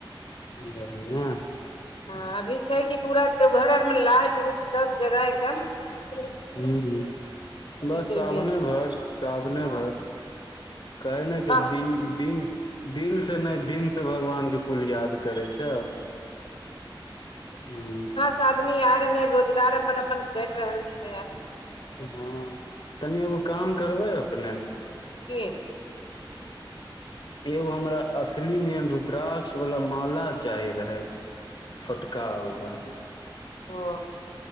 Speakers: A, on the left (about 60°); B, on the left (about 80°).
A: बढ़िया
B: हँ अभी छैय कि पूरा देवघर आर मऽ लाइट उट सब जगह एकदम
A: हू
B: अथी
A: बस
B: कैले
A: सावने
B: छै
A: भरि सावने
B: हँ
A: भरि कहै नहि छैय
B: कह
A: दिन दिन दिल से नहि दिन से भगवानके कुल याद करै छैय हू
B: दस आदमी आय रहलै रोजगार अपन अपन करि रहल छैय
A: हँ तनि एगो काम करबै अपने
B: कि
A: एगो हमरा असली निय रुद्राक्ष वाला माला चाही रहे छोटका वला
B: <unintelligible>